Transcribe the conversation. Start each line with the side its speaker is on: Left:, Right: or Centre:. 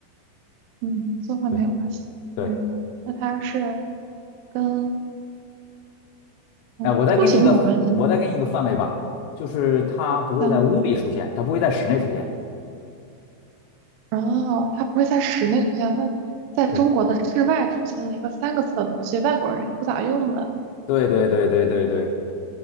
Right: 嗯，做饭没有关系，
Left: 对对，
Right: 嗯，那它是。跟嗯出行有关系吗？
Left: 哎、我再给你一个，我再给你一个范围吧，就是它不会在屋里出现，
Right: 行，
Left: 它不会在室内出现。
Right: 然后它不会在室内出现，但在中国的室外出现了一个三个字的东西，
Left: 对，
Right: 外国人还不咋用的，
Left: 对对对对对对，